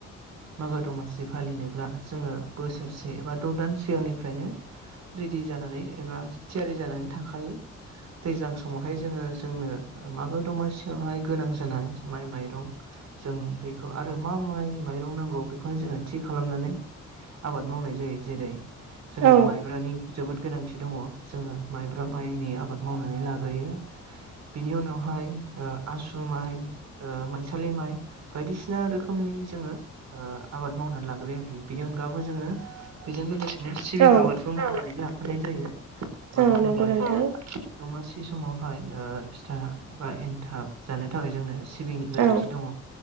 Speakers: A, on the right; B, on the right.
A: मागो दमासि फालिनो ब्ला जोङो बोसोरसे एबा द' दान सिगांनिफ्रायनो रेडि जानानै एबा थियारि जानानै थाखायो दैज्लां समावहाय जोङो जोंनो मागो दमासियावहाय गोनां जानाय माइ माइरं जों बेखौ आरो मा माइ माइरं नांगौ बेखौहाय जोङो थि खालामनानै आबाद मावनाय जायो जेरै जोंना
B: औ
A: माइब्रानि जोबोद गोनांथि दङ जोङो माइब्रा माइनि आबाद मावनानै लाग्रोयो बिनि उनावहाय आसु माइ माइसालि माइ बायदिसिना रोखोम नि जोङो आबाद मावनानै लाग्रोयो आरोखि बिनि अनगाबो जोङो बेजों लोगोसे बिदिनो सिबिं
B: औ
A: आबादखौ मावनानै लाखानाय जायो मानो
B: औ
A: होनोब्ला
B: नंगौ नोंथां
A: जों दमासि समावहाय फिथा बा एनथाब जानो थाखाय जोंनो सिबिंनि गोनांथि
B: औ
A: दङ